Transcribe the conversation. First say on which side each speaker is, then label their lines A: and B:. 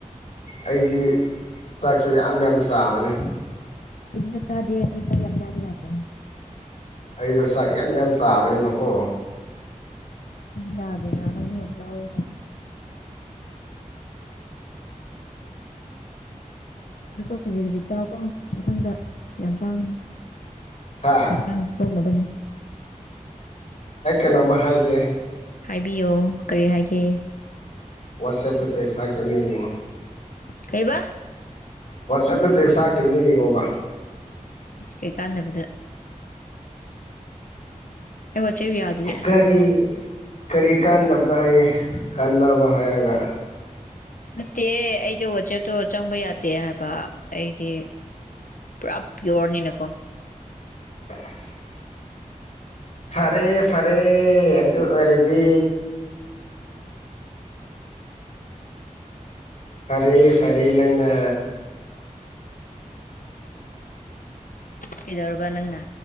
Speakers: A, on the left (about 60°); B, on the left (about 80°).
A: ꯑꯩꯗꯤ ꯆꯥꯛꯁꯨ ꯌꯥꯝ ꯌꯥꯝ ꯆꯥꯕꯅꯤ
B: ꯑꯩꯈꯣꯏ ꯗꯤ ꯆꯥꯛ ꯆ ꯑꯩꯈꯣꯏ ꯗꯤ ꯆꯥꯛ ꯌꯥꯝ ꯆꯥꯕꯥ ꯌꯥꯗꯦ
A: ꯑꯩꯗꯣ ꯆꯥꯛ ꯌꯥꯝ ꯌꯥꯝ ꯆꯥꯕꯅꯦꯕꯀꯣ
B: ꯌꯥꯗꯦꯅ ꯅꯪ ꯗꯤ ꯌꯥꯝ ꯂꯧꯏꯅꯥ ꯑꯇꯣ ꯈꯖꯤꯛ ꯈꯖꯤꯛ ꯆꯥꯎꯥꯛꯀꯣ ꯃꯊꯪꯗ ꯌꯥꯝ ꯆꯒꯥꯅꯤ
A: ꯍꯥꯥ
B: ꯑꯥꯅꯥꯟ ꯁꯣꯛꯅꯕꯅꯦ
A: ꯑꯩ ꯀꯩꯅꯣꯝꯃ ꯍꯥꯏꯒꯦ
B: ꯍꯥꯏꯕꯤꯌꯣ ꯀꯔꯤ ꯍꯥꯏꯒꯦ
A: ꯋꯥꯇꯁꯑꯞ ꯇꯦꯛ ꯊꯈꯤꯕꯅꯦ ꯌꯦꯉꯨ
B: ꯀꯩꯕ
A: ꯋꯥꯆꯦꯞꯇ ꯇꯦꯛꯁ ꯊꯥꯈꯤꯕꯅꯦ ꯌꯦꯡꯉꯣꯕ
B: ꯑꯩꯁ ꯀꯩ ꯀꯥꯟꯗꯕꯗ ꯑꯩ ꯋꯔꯆꯞ ꯌꯥꯗꯦꯌꯦ
A: ꯀꯔꯤ ꯀꯔꯤ ꯀꯥꯟꯗꯕꯗ ꯍꯌꯦ ꯀꯥꯟꯅꯕ ꯍꯥꯏꯔꯒ
B: ꯅꯠꯇꯦ ꯑꯩꯗꯣ ꯋꯥꯆꯦꯞꯇꯣ ꯆꯪꯕ ꯌꯥꯗꯦ ꯍꯥꯏꯕ ꯑꯩꯗꯤ ꯄꯨꯔꯥ ꯄꯤꯌꯣꯔꯅꯤꯅꯦꯀꯣ
A: ꯑ <unintelligible> ꯐꯔꯦ ꯐꯔꯦ ꯑꯗꯨ ꯑꯣꯏꯔꯗꯤ ꯐꯔꯦ ꯐꯔꯦ ꯅꯪꯅ
B: ꯀꯩꯗꯧꯔꯕ ꯅꯪꯅ